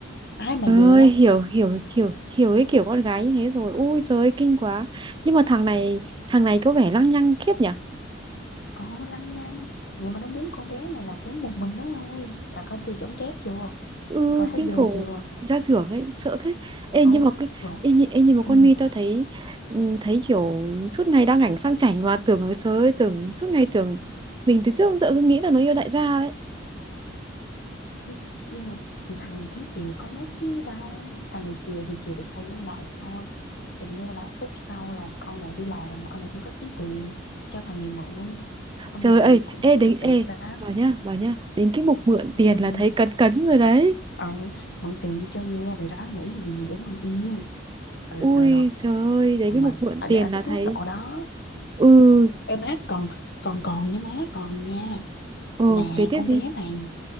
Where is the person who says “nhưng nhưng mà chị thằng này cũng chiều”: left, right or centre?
Left